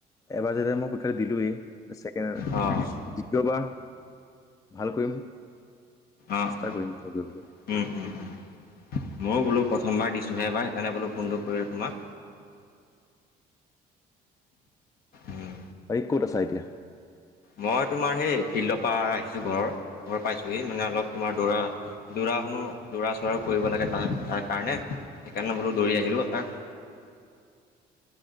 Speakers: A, on the left; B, on the left.
A: এবাৰ যেতিয়া মই পৰীক্ষাটো দিলোঁৱেই ছেকেণ্ড দ্বিতীয়বাৰ
B: অঁ
A: ভাল কৰিম।
B: আহ
A: চেষ্টা
B: অ
A: কৰিম ভাল কৰিবলৈ
B: উম উম উম। ময়ো বোলো প্ৰথমবাৰ দিছোঁহে এবাৰ সেইকাৰণে বোলো ফোনটো কৰিলোঁ তোমাক। উম
A: ভাই ক'ত আছ এতিয়া?
B: মই তোমাৰ সেই ফিল্ডৰ পৰা আহিছো ঘৰ, ঘৰ পাইছোহি মানে অলপ তোমাৰ দৌৰা দৌৰা দৌৰা শুনো দৌৰা চৌৰাৰো কৰিব লাগে ত তাৰ কাৰণে সেইকাৰণে বোলো দৌৰি আহিলোঁ এপাক।
A: <inaudible>